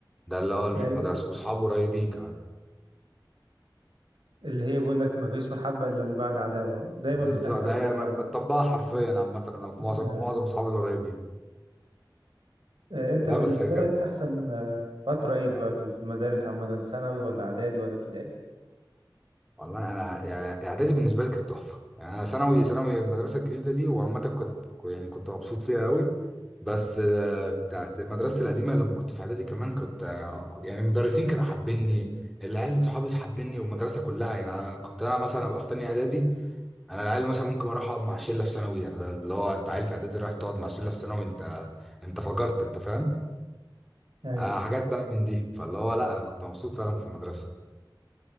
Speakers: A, in the centre; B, on the right (about 80°).
A: ده اللي هو في
B: ايوه
A: المدرسه واصحابه قريبين كمان
B: اللي هي بيقول لك ما فيش محبه الا من بعد عداوه دايما
A: بالظبط
B: بتحصل
A: ده
B: كده
A: هي
B: فعلا
A: مطبقه حرفيا
B: مم.
A: عامه انا معظم
B: آه.
A: معظم اصحابي القريبين
B: آه. انت
A: لا
B: بالنسبه
A: بس كانت
B: لك احسن آه، فتره ايه بقى
A: لا،
B: في في المدارس عامه ثانوي ولا اعدادي ولا ابتدائي
A: والله انا يعني اعدادي بالنسبه لي كانت تحفه يعني انا ثانوي ثانوي المدرسه الجديده دي وعامه كنت يعني كنت مبسوط فيها قوي بس آه، بتاعت مدرستي القديمه لما كنت في اعدادي كمان كنت انا يعني المدرسين كانوا حابيني العيال صحابي حابيني والمدرسه كلها يعني انا كنت انا مثلا ابقى في تاني اعدادي انا العيال مثلا ممكن اروح اقعد مع شله في ثانوي يعني ده اللي هو انت عيل في اعدادي رايح تقعد مع شله في ثانوي انت انت فجرت انت فاهم
B: ايوه
A: آه، حاجات بقى من دي فاللي هو لا انا كنت مبسوط فعلا في المدرسه